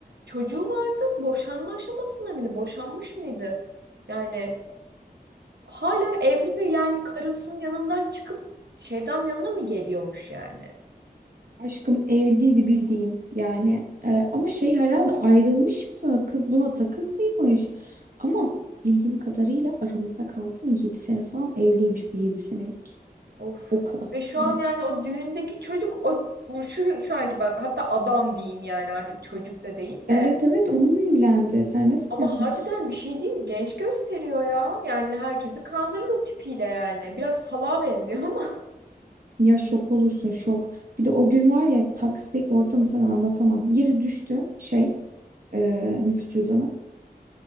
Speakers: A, on the right; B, on the right.
A: çocuğu vardı boşanma aşamasında mıydı? Boşanmış mıydı? Yani hala evli ve yani karısının yanından çıkıp şeyden yanına mı geliyormuş yani?
B: Aşkım evliydi bildiğin yani Ee, ama şey herhalde ayrılmış mı kız buna takık mıymış ama bildiğim kadarıyla aramızda kalsın 7 sene falan evliymiş bu 7 senelik
A: Of.
B: o kadar
A: Ve şu
B: yani.
A: an yani o düğündeki çocuk o bu şu, şu anki bak hatta adam diyeyim yani artık çocuk da değil
B: Evet
A: de.
B: evet onunla evlendi sen ne sanıyorsun
A: Ama harbiden bir şey diyeyim mi? Genç gösteriyor ya. Yani herkesi kandırır o tipiyle yani. Biraz salağa benziyor ama.
B: ya şok olursun şok bir de o gün var ya taksideki ortamı sana anlatamam yere düştü şey e, nüfus cüzdanı